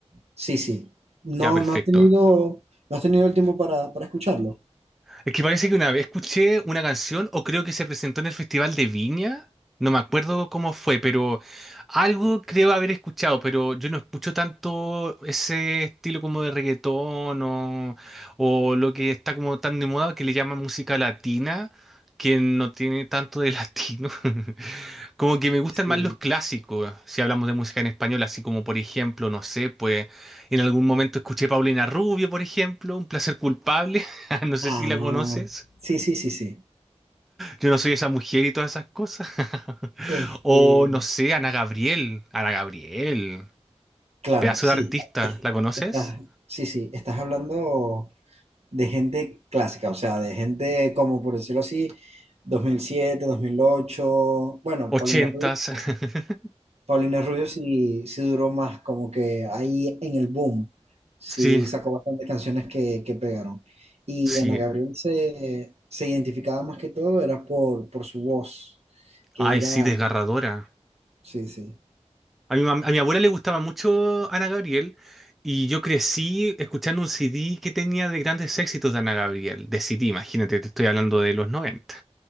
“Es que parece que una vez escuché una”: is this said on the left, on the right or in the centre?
Centre